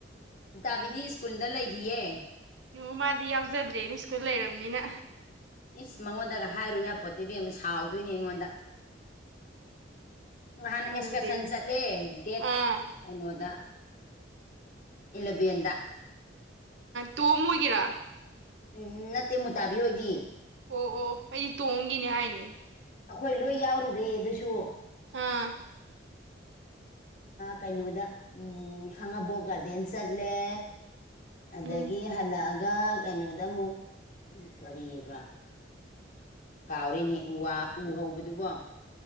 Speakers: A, on the left; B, on the right.
A: ꯏꯇꯥꯕꯤꯗꯤ ꯁ꯭ꯀꯨꯜꯗ ꯂꯩꯈꯤꯌꯦ
B: ꯉ ꯃꯥꯗꯤ ꯌꯥꯎꯖꯗ꯭ꯔꯦꯅ ꯁ꯭ꯀꯨꯜ ꯂꯩꯔꯕꯅꯤꯅ
A: ꯏꯁ ꯃꯉꯣꯟꯗꯒ ꯍꯥꯏꯔꯨ ꯌꯥꯄꯣꯠꯇꯤꯕꯤ ꯑꯃ ꯁꯥꯎꯗꯣꯏꯅꯦ ꯑꯩꯉꯣꯟꯗ ꯅꯍꯥꯟꯅ
B: ꯄꯨꯗꯦ
A: ꯑꯦꯛꯁꯀꯔꯁꯟ ꯆꯠꯂꯦ ꯗꯦꯠ
B: ꯑꯥ
A: ꯀꯩꯅꯣꯗ ꯏꯂꯕꯦꯟꯗ
B: ꯇꯣꯝ ꯑꯣꯏꯒꯦꯔꯥ
A: ꯎꯝ ꯅꯠꯇꯦ ꯃꯨꯇꯥꯕꯤ ꯍꯣꯏꯗꯤ
B: ꯑꯣ ꯑꯣ ꯑꯩꯗꯤ ꯇꯣꯝꯒꯤꯅꯦ ꯍꯥꯏꯅꯦ
A: ꯑꯩꯈꯣꯏ ꯂꯣꯏ ꯌꯥꯎꯔꯨꯔꯦ ꯑꯗꯨꯁꯨ
B: ꯍꯥꯝ
A: ꯀꯩꯅꯣꯗ ꯎꯝ ꯈꯥꯡꯉꯕꯣꯛ ꯒꯥꯔꯗꯦꯟ ꯆꯠꯂꯦ ꯑꯗꯒꯤ
B: ꯎꯝ
A: ꯍꯜꯂꯛꯑꯒ ꯀꯩꯅꯣꯗ ꯑꯃꯨꯛ ꯀꯧꯔꯤꯑꯕ ꯀꯥꯎꯔꯦꯅꯦꯍꯦꯛ ꯎ ꯋꯥ ꯎ ꯍꯧꯕꯗꯨꯕꯣ